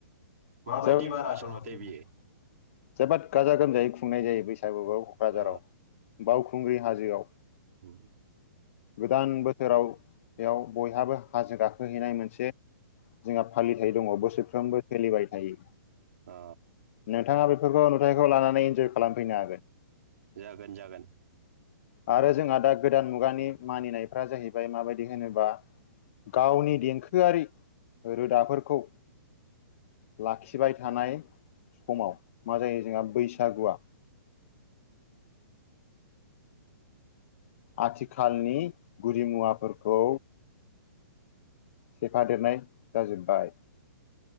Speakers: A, on the right (about 55°); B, on the left (about 45°).
A: माबायदि
B: मा बायदिब्ला
A: बारा
B: आसलथे
A: आसलमथे बियो
B: बेयो? जोबोद गाजा गोमजायै खुंनाय जायो बैसागुआव क'क्राझाराव।
A: अ
B: बावखुंग्रि हाजोआव।
A: उम।
B: गोदान बोसोराव इयाव बयहाबो हाजो गाखोहैनाय मोनसे जोंहा फालिथाय दङ' बोसोरफ्रोमबो सोलिबाय थायो।
A: अ
B: नोंथाङा बेफोरखौ नुथाइखौ लानानै इनजय खालामफैनो हागोन।
A: जागोन जागोन।
B: आरो जोंहा दा गोदान मुगानि मानिनायफ्रा जाहैबाय माबायदि होनोबा गावनि देंखोआरि रोदाफोरखौ लाखिबाय थानाय समाव मा जायो जोंहा बैसागुआ आथिखालनि गुदि मुवाफोरखौ सेफादेरनाय जाजोबबाय।